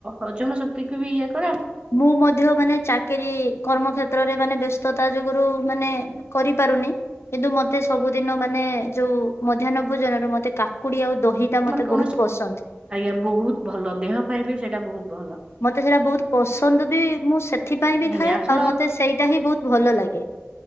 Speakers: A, on the right; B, on the left.
A: ହଜମ ଶକ୍ତିକୁ ବି ଇଏ କରେ।
B: ମୁଁ ମଧ୍ୟ ମାନେ ଚାକିରୀ କର୍ମ ଷେତ୍ରରେ ମାନେ ବ୍ୟସ୍ତତା ଯୋଗୁରୁ ମାନେ କରିପାରୁନି। କିନ୍ତୁ ମତେ ସବୁଦିନ ମାନେ ଯୋଉ ମଧ୍ୟାହ୍ନ ଭୋଜନରେ ମତେ କାକୁଡି ଆଉ ଦହି ଟା
A: ଆମର
B: ମତେ
A: କୌଣସି
B: ବହୁତ ପସନ୍ଦ।
A: ଆଜ୍ଞା ବହୁତ ଭଲ ଦେହ ପାଇଁ ବି ସେଇଟା ବହୁତ ଭଲ।
B: ମତେ ସେଇଟା ବହୁତ ପସନ୍ଦ ବି ମୁଁ ସେଥିପାଇଁ ବି
A: ନାଇଁ
B: ଖାଏ
A: ନାଇଁ ଆପଣ
B: ଆଉ ମତେ ସେଇଟା ହିଁ ବହୁତ ଭଲ ଲାଗେ।